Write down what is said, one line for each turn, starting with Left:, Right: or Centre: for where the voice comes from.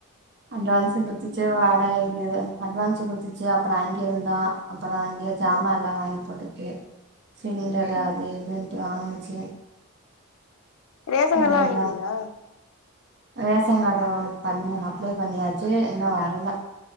Right: அட்வான்ஸ்சு குத்துச்சு வாடகைக் அட்வான்ஸ்சு குத்துச்சு அப்றோ அங்கே இருந்தோ அப்றோ சாம
Left: ம்
Right: எல்லா வாங்கி போட்டுச்சு சிலிண்டரு
Left: ம்
Right: அது இதுன்ட்டு வாங்கிச்சு
Left: ரேஷன்
Right: அப்றோ
Left: கார்டுலா
Right: எல்லா
Left: வாங்கிட்டியலா
Right: ரேஷங்கார்டு பண் அப்ளே பண்ணியாச்சு இன்னு வரல